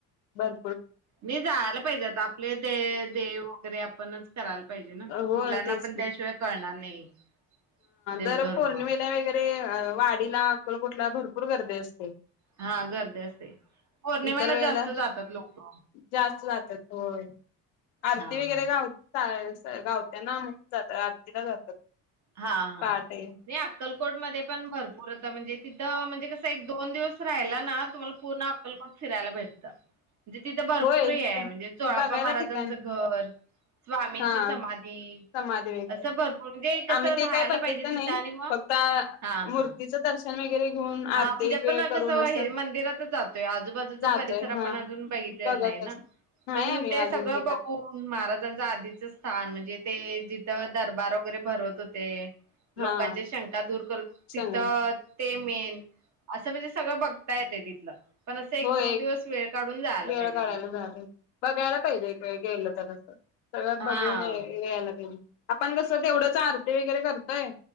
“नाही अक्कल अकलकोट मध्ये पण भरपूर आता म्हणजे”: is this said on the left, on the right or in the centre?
Right